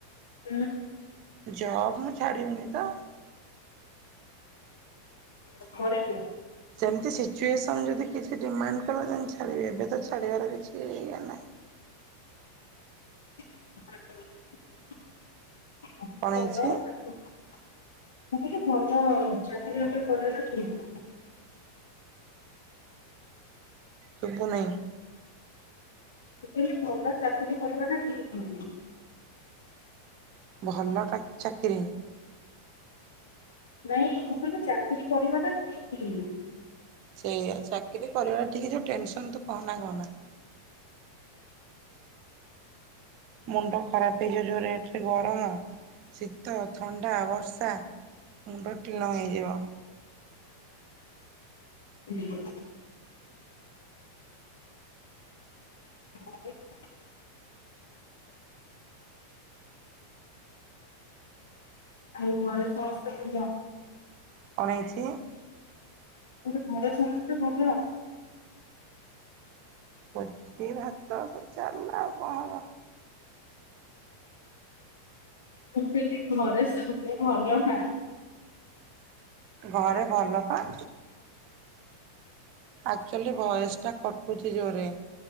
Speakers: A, on the left (about 65°); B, on the right (about 40°).
A: <unintelligible>
B: ଜବ୍ ମୁଁ ଛାଡ଼ିବିନି ତ।
A: <inaudible>
B: ଯେମିତି ସିଚୁଏସନ ଯଦି କିଛି ଡିମାଣ୍ଡ କଲେ ଯାଇକି ଛାଡ଼ିବେ ଏବେ ତ ଛାଡ଼ିବାର କିଛି ଇଏ ନାହିଁ।
A: <unintelligible> <unintelligible> ଭଲ ଚାକିରି
B: କଣ ହେଇଛି
A: ବାକିରି କରିବା ଟା ଠିକ୍।
B: ଶୁଭୁ ନେଇ।
A: ମୁଁ କହିଲି ଭଲ ଚାକିରି କରିବାଟା ଠିକ୍।
B: ଭଲଟା କି ଚାକିରି‌?
A: ନାଇଁ ମୁଁ କହିଲି ଚାକିରି କରିବାଟା ଠିକ୍।
B: ସେଇଆ ଚାକିରି କରିବାଟା ଠିକ୍ ଯେ ଟେନସନ୍ ତୁ କହନା କହନା। ମୁଣ୍ଡ ଖରାପ ହେଇଯିବ ଯୋଉ ରେଟ୍ ରେ ଗରମ, ଶୀତ, ଥଣ୍ଡା, ବର୍ଷା। ମୁଣ୍ଡ ଟିଣ ହେଇଯିବ।
A: <inaudible> <inaudible> ଆଉ ଘରେ ସମସ୍ତେ ଭଲ?
B: କଣ ହେଇଚି?
A: ମୁଁ କହିଲି ଘରେ ସମସ୍ତେ ଭଲ?
B: ଭୋଜି ଭାତ ସବୁ ଚାଲିଲା ଆଉ କଣ ହବ।
A: ମୁଁ କହିଲି ଘରେ ସବୁ ଭଲ ନା?
B: ଘରେ ଭଲ ପା। ଆକ୍ଚୁଆଲି ଭଏସ ଟା କଟୁ ଛି ଜୋରରେ